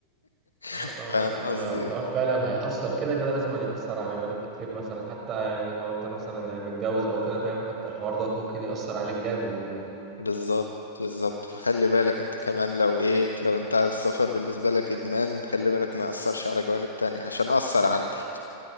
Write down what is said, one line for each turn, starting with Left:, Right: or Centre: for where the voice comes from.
Right: اه
Left: <laughs> فاهم
Right: اه لا
Left: قصدي
Right: والحوار فعلا هيأثر كده كده لازم يأثر على جوانب كتير مثلا حتى يعني لو انت مثلا يعني متجوز او كده فاهم حتى الحوار دوت ممكن يأثر عليك جامد عموما
Left: بالظبط بالظبط فخلي بالك انت كمان لو ايه لو انت على السفر بالنسبة لك ادمان خلي بالك ما يأثرش على جوانب تانية عشان أثر عندي